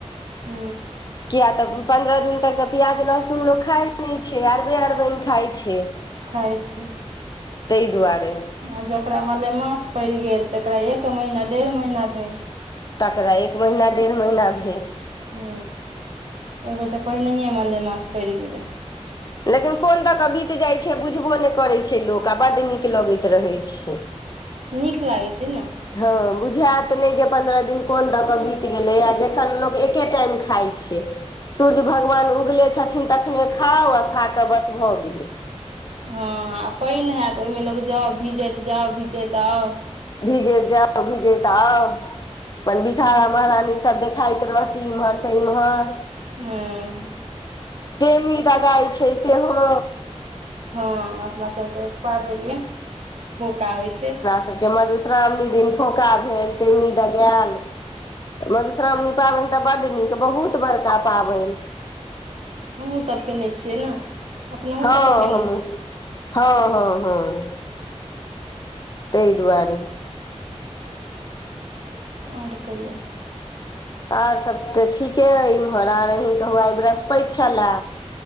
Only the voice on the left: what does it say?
किया त पंन्द्रह दिन तक त प्याज लहसुन लोक खाय नै छै अरबे अरबनि खाइ छै
ताहि दुआरे
तकरा एक महिना डेढ़ महीना भेल
लेकिन कोन दऽ कऽ बीत जाइत छै बुझबो नहि करैत छै लोक आ बड्ड नीक लगैत रहैत छै
हँ बुझायत नहि जे पन्द्रह दिन कोन दऽ कऽ बीत गेलै आ जखन लोक एके टाईम खाई छै सूर्य भगवान उगले छथिन तखने खाउ आ खा कऽ बस भऽ गेलै
भिज जाउ भीजत आउ अपन विषहारा
महारानी सभ देखाइत रहती इम्हर से इम्हर
टेमी दगाई छै सेहो
हम सभके मधुश्रावणी दिन फौका भेल टेगनी दऽ गेल तऽ मधुश्रावणी पाबनि तऽ बड् नीक बहुत बड़का पाबनि
हँ
हमू
हँ हँ हँ ताहि दुआरे।
आर सभ तऽ ठीके अइ इम्हर आर अहींके हुआइ ब्रहस्पति छलए